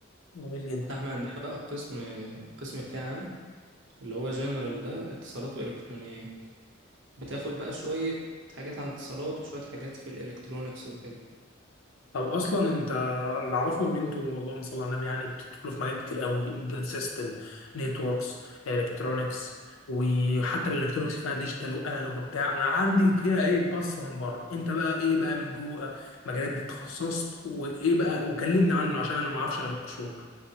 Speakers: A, on the left (about 80°); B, on the right (about 60°).
A: جميل جدا
B: ده احنا عندنا بقى القسم القسم بتاعنا اللي هو جنرال ده اتصالات والكترونيات بتاخد بقى شوية حاجات عن اتصالات وشوية حاجات في الالكترونيكس وكده
A: طب اصلا انت اللي اعرفه ان انتوا اللهم صل على النبي يعني بتدخلوا في مجالات كتير قوي امبيدد سيستم نتوركس الكترونكس وحتى الالكترونكس فيها ديجيتال وانالوج وبتاع انا عندي كده ايه بصه من بره انت بقى ايه بقى من جوه المجالات دي اتخصصت وايه بقى وكلمني عنه عشان انا ما اعرفش غير القشور